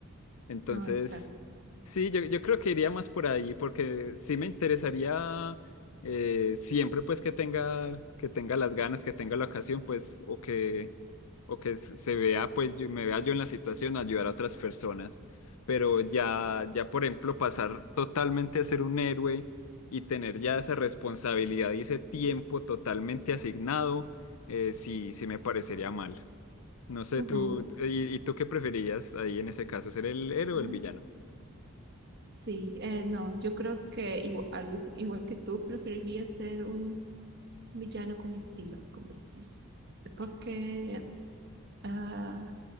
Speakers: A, on the left; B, on the right.
A: Entonces,
B: No, exacto.
A: sí, yo, yo creo que iría más por ahí, porque sí me interesaría eh, siempre pues que tenga, que tenga las ganas, que tenga la ocasión, pues, o que o que se se vea, pues yo- me vea yo en la situación, ayudar a otras personas. Pero ya, ya, por ejemplo, pasar totalmente a ser un héroe y tener ya esa responsabilidad y ese tiempo totalmente asignado, eh, sí, sí me parecería mal. No sé,
B: Ujú.
A: tú, ¿y, y tú qué preferirías ahí en ese caso, ser el héroe
B: Ujú.
A: o el villano?
B: Sí, eh, no, yo creo que igual al- igual, que tú, preferiría ser un villano con estilo, como decís, porque Ah,